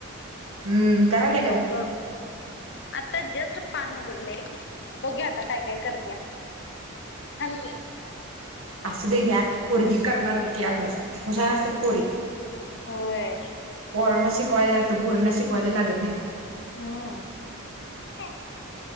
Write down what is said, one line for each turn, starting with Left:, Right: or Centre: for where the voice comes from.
Right: हम्म करायले
Left: होमवर्क आता जस्ट पान उघडलय, बघु आता काय काय करत्या. थांब कि
Right: असु दे ग्या पुरगी करणार कि अभ्यास, हुशार असतात पोरी.
Left: होय.
Right: पोरांना शिकवायला लागतं, पोरीना शिकवायला लागत नाही.
Left: हम् <unintelligible>